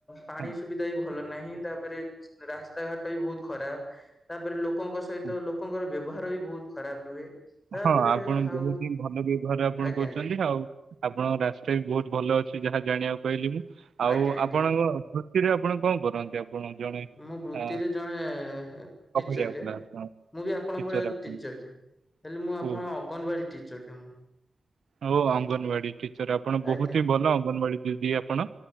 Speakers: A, on the left; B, on the right.
A: ପାଣି
B: ହଁ
A: ସୁବିଧା ବି ଭଲ ନାହିଁ ତାପରେ ରାସ୍ତାଘାଟ ବି ବହୁତ ଖରାପ। ତାପରେ ଲୋକଙ୍କ ସହିତ
B: ହଁ
A: ଲୋକଙ୍କର ବ୍ୟବହାର ବି ବହୁତ ଖରାପ ରୁହେ। ତାପରେ
B: ହଁ ଆପଣ
A: ଆଉ
B: ବହୁତ ହିଁ ଭଲ ବ୍ୟବହାର ଆପଣ
A: ଆଜ୍ଞା
B: କରୁଛନ୍ତି
A: ଆଜ୍ଞା
B: ଆଉ ଆପଣଙ୍କ ରାସ୍ତା ବି ବହୁତ ଭଲ ଅଛି ଯାହା ଜାଣିବାକୁ ପାଇଲି ମୁଁ ଆଉ
A: ଆଜ୍ଞା ଆଜ୍ଞା
B: ଆପଣଙ୍କ ଛୁଟିରେ ଆପଣ କଣ କରନ୍ତି ଆଉ। ଆପଣ ଜଣେ
A: ମୁଁ ବୃତ୍ତିରେ
B: ଆ
A: ଜଣେ
B: କବାଡ଼ିଆ
A: ଟିଚର
B: ବୋଧେ
A: ଟେ।
B: ଆପଣ
A: ମୁଁ ବି ଆପଣଙ୍କ
B: ଟିଚର୍
A: ଭଳିଆ
B: ଆପଣ
A: ଟିଚର ଟେ ହେଲେ ମୁଁ
B: ଓ
A: ଆପଣ ଅଙ୍ଗନବାଡି ଟିଚର ଟେ ମୁଁ।
B: ଆଉ ଅଙ୍ଗନବାଡି ଟିଚର ଆପଣ
A: ଆଜ୍ଞା
B: ବହୁତ ହି ଭଲ ଅଙ୍ଗନବାଡି ଦିଦି ଆପଣ